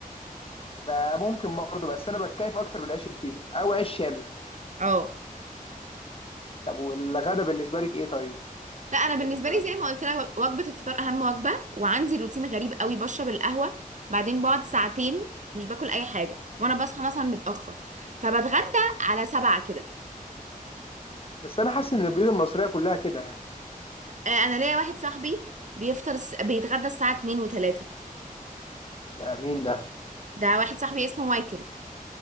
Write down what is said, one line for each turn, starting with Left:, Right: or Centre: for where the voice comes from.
Left: ب- ممكن برضه بس انا بتكيف اكتر بالعيش الفينو او عيش شامي
Right: اه
Left: طب والغدا بالنسبه لك ايه طيب
Right: لا انا
Left: بتحبي
Right: بالنسبه
Left: تتغدى
Right: لي زي ما قلت لك وجبه الفطار اهم وجبه وعندي روتين غريب قوي بشرب القهوه بعدين بقعد ساعتين مش باكل اي حاجه وانا بصحى مثلا متاخر فبتغدى على سبعة كده
Left: بس انا حاسس ان البيوت المصريه كلها كده يعني
Right: آه، انا ليا واحد صاحبي بيفطر الس- بيتغدى الساعه 2 و3
Left: ده مين ده
Right: ده واحد صاحبي اسمه مايكل